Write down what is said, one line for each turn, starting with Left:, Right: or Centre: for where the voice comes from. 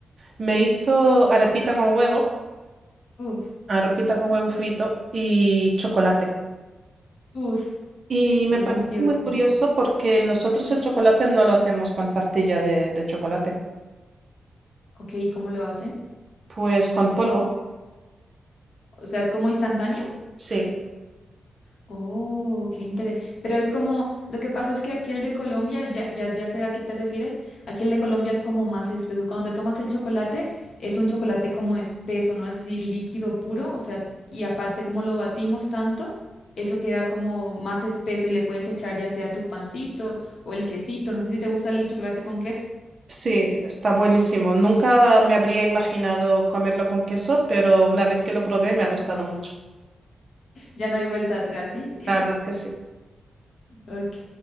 Right: Me hizo arepita con huevo,
Left: Uf,
Right: arepita con huevo frito y chocolate.
Left: uf,
Right: Y
Left: delicioso.
Right: me parece muy curioso porque nosotros el chocolate no lo hacemos con pastilla de, de chocolate,
Left: Ok, ¿cómo lo hacen?
Right: pues con polvo,
Left: O sea, ¿es como instantáneo?
Right: sí.
Left: Oh, qué interesante. Pero es como, lo que pasa es que aquí el de Colombia, ya, ya, ya sé a qué te refieres, aquí el de Colombia es como más espeso. Cuando te tomas el chocolate, es un chocolate como espeso, ¿no? Es así, líquido puro, o sea, y aparte como lo batimos tanto, eso queda como más espeso y le puedes echar ya sea tu pancito o el quesito. No sé si te gusta el chocolate con queso,
Right: Sí, está buenísimo. Nunca me habría imaginado comerlo con queso, pero una vez que lo probé me ha gustado mucho.
Left: ya no hay vuelta atrás, ¿sí?
Right: La verdad que sí.
Left: Ok,